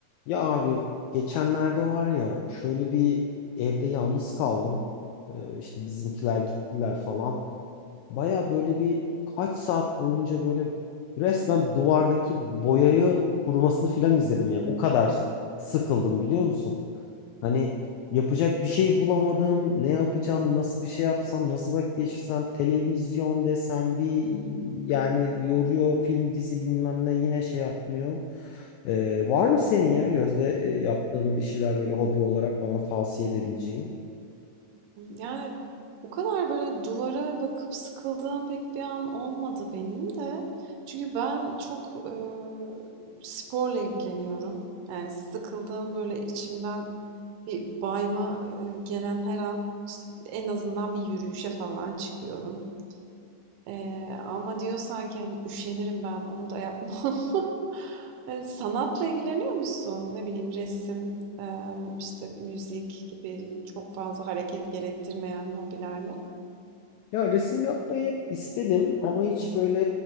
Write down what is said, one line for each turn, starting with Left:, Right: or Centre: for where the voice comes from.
Left: Ya abi geçenlerde var ya şöyle bir evde yalnız kaldım. Ee, işte bizimkiler gittiler falan. Baya böyle bir kaç saat boyunca böyle resmen duvardaki boyayı kurumasını filan izledim ya. O kadar sıkıldım biliyor musun? Hani yapacak bir şey bulamadım. Ne yapacağım? Nasıl bir şey yapsam? Nasıl vakit geçirsem? Televizyon desem bir yani yoruyor film dizi bilmem ne yine şey yapmıyor. Ee, var mı senin ya Gözde e, yaptığın bir şeyler böyle hobi olarak bana tavsiye edebileceğin?
Right: Yani, o kadar böyle duvara bakıp sıkıldığım pek bir an olmadı benim de. Çünkü ben çok, ııı, sporla ilgileniyorum. Yani, sıkıldığım, böyle içimden bir bayma, eee, gelen her an, işte, en azından bir yürüyüşe falan çıkıyorum. Eee, ama diyorsan ki, hani, üşenirim ben, onu da yapmam. <laughs> Eee, sanatla ilgileniyor musun? Ne bileyim, resim, eee, işte, müzik gibi çok fazla hareket gerektirmeyen hobilerle?
Left: Ya resim yapmayı hep istedim ama hiç böyle